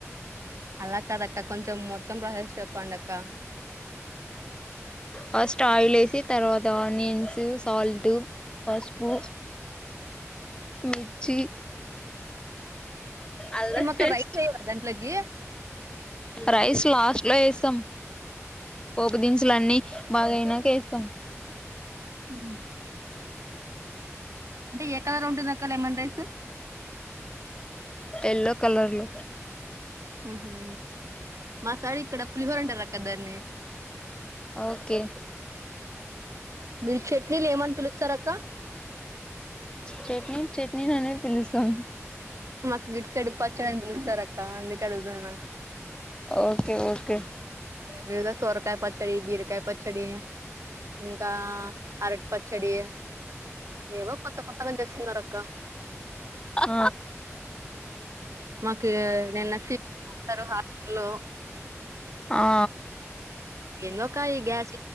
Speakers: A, on the right; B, on the left.
A: అలా కాదక్క కొంచెం మొత్తం ప్రాసెస్ చెప్పండక్క
B: ఫస్ట్ ఆయిల్ ఏసి తర్వాత ఆనియన్స్ సాల్ట్ పసుపు మిర్చి అల్లం
A: నిమ్ అక్క
B: పేస్ట్
A: రైక్స ఎయవా దాంట్లకీ
B: రైస్ లాస్ట్ లొ ఏస్తం పోపు దినుసుల్ అన్నీ బాగాయినాక ఏస్తాం
A: మ్ అంటె ఏ కలర్ ఉంటుందక్క లెమెన్ రైస్
B: ఎల్లో కలర్లొ
A: మ్ హ్ మాసైడ్ ఇక్కడ పులిహోరంటార్ అక్క దాన్ని
B: ఓకే
A: మీర్ చట్నీల్ ఏమని పిలుస్తార్అక్క
B: చట్నీ చట్నీ ననే పిలుస్తాం
A: మాక్ గిట్ సైడడ పచ్చడ అని పిలుస్తార్ అక్క అందుకె అడుదనా
B: ఓకే ఓకే
A: వగా సోరకాయ పచ్చడి బీరకాయ పచ్చడీ ఇంకా అరట్ పచ్చడి ఏవో కొత్త కొత్తగానిపిస్తున్నార్ అక్క
B: ఆ
A: మాకిగా నిన్న ఫిట్ <unintelligible> హాస్పటల్ లో
B: ఆ
A: ఏందో అక్క ఈ గ్యాస్